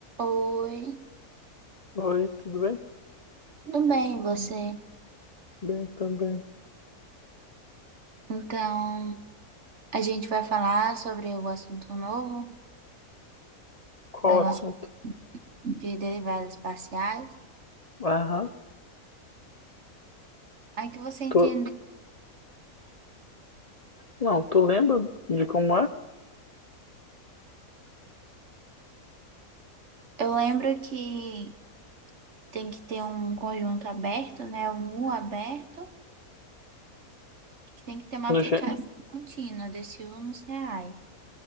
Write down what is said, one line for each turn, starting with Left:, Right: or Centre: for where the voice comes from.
Right: Oi,
Left: Oi, tudo bem?
Right: tudo bem, e você?
Left: Bem também.
Right: Então, a gente vai falar sobre o assunto novo
Left: Qual
Right: da
Left: o
Right: nossa
Left: assunto?
Right: de derivadas parciais.
Left: Aham.
Right: Aí que você entendeu.
Left: Tu... Não, tu lembra de como é?
Right: Eu lembro que tem que ter um conjunto aberto, né? Um U aberto, que tem que ter uma
Left: No
Right: aplicação
Left: G...
Right: contínua desse U nos reais.